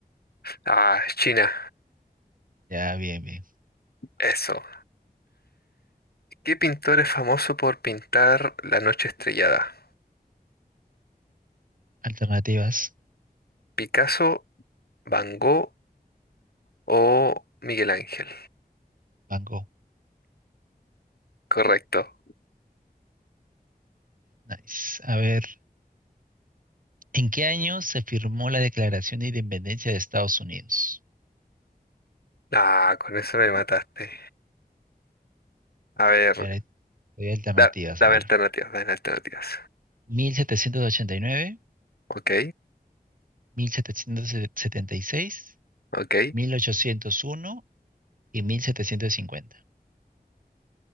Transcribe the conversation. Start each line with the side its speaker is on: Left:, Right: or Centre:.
Left: Ah, China,
Right: Ya, bien, bien.
Left: eso. ¿Qué pintor es famoso por pintar La noche estrellada?
Right: Alternativas.
Left: ¿Picasso, Van Gogh o Miguel Ángel?
Right: Van Gogh.
Left: Correcto.
Right: Nice. A ver, ¿en qué año se firmó la Declaración de Independencia de Estados Unidos?
Left: Ah, con eso me mataste. A ver,
Right: A ver, hay hay alternativas.
Left: da- dame
Right: A ver,
Left: alternativas, dame alternativas.
Right: 1789,
Left: Ok,
Right: 1776,
Left: ok.
Right: 1801 y 1750.